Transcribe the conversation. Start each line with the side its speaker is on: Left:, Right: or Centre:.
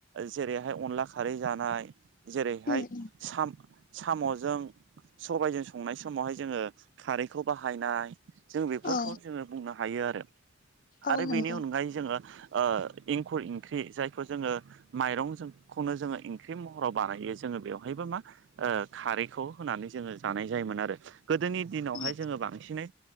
Right: जेरैहाय अनला खारै जानाय जेरैहाय
Left: उम
Right: साम साम'जों सबाइजों संनाय समावहाय जोङो खारैखौ बाहायनाय जों बेफोरखौ
Left: औ
Right: जोङो बुंनो हायो आरो
Left: औ
Right: आरो
Left: नंगौ
Right: बेनि अनगायै जोङो ओ एंखुर इंख्रि जायखौ जोङो माइरंजों खौनो जोङो ओंख्रि महराव बानायो जोङो बेवहायबो मा ओ खारैखौ होनानै जोङो जानाय जायोमोन आरो गोदोनि दिनावहाय
Left: उम
Right: जोङो बांसिनै